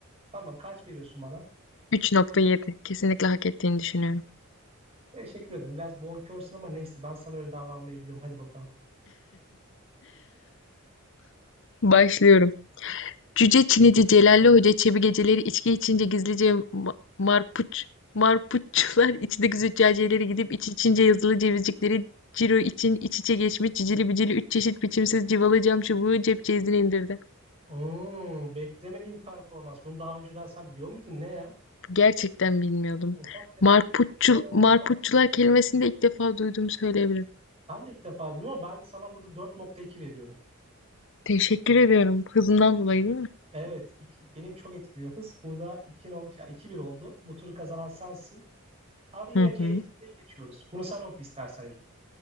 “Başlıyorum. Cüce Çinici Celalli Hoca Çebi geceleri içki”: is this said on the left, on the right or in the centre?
Left